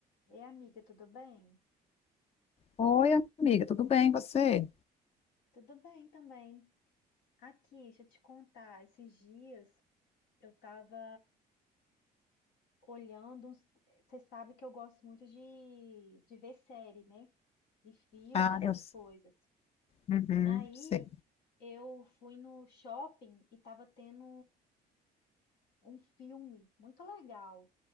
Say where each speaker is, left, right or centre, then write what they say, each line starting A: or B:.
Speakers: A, on the left; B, on the left.
A: Ei, amiga, tudo bem?
B: Oi, amiga, tudo bem, você?
A: Tudo bem também. Aqui, deixa eu te contar, esses dias eu tava olhando uns... Você sabe que eu gosto muito de, de ver série, né? E filme,
B: Ah,
A: essas
B: eu s-
A: coisas.
B: uhum,
A: Aí
B: sei.
A: eu fui no shopping e tava tendo um filme muito legal